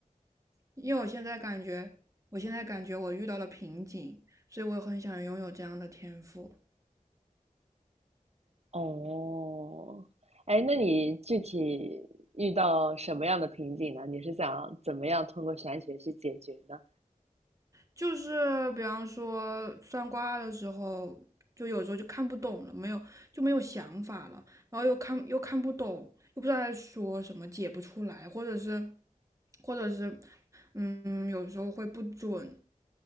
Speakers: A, on the right; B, on the right.
A: 因为我现在感觉，我现在感觉我遇到了瓶颈，所以我很想拥有这样的天赋。
B: 哦，哎，那你具体遇到什么样的瓶颈呢？你是想怎么样通过玄学去解决呢？
A: 就是比方说算卦的时候，就有时候就看不懂了，没有就没有想法了，然后又看又看不懂，又不知道在说什么，解不出来，或者是，或者是，嗯，有时候会不准，